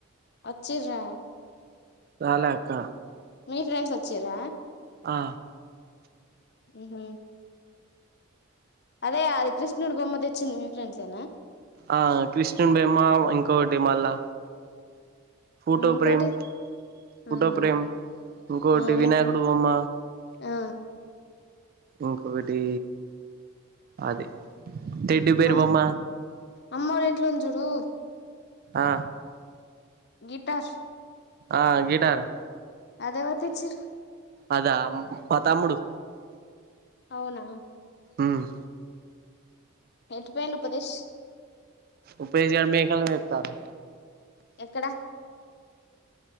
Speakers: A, on the left; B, on the right.
A: వచ్చిర్రా
B: రాలే అక్క
A: మీ ఫ్రెండ్స్ వచ్చిర్రా
B: ఆ
A: ఉమ్ హు అదే అది కృష్ణుడు బొమ్మ తెచ్చింది మీ ఫ్రెండ్స్ యేన
B: ఆ కృష్ణున్ బెమ్మ ఇంకోటి మళ్ళా ఫోటో
A: ఇంకోటి
B: ప్రేమ్ ఫోటో
A: ఆహా
B: ప్రేమ్ ఇంకోటి
A: ఆ మీ
B: వినాయకుడు బొమ్మ
A: ఆ
B: ఇంకొకటి అది టెడ్డి బేర్
A: అమ్
B: బొమ్మ
A: అమ్మోల్ల ఇంట్లో ఉంది చూడు
B: ఆ
A: గిటార్స్
B: ఆ గిటార్
A: ఆది ఏవరు తెచ్చిర్రు
B: అదా మ మా తమ్ముడు
A: అవునా
B: ఉమ్
A: ఎటు పోయిండు ఉపదిష్
B: ఉపదిష్ గాడు మేకలను మేపుతాండు
A: ఎక్కడ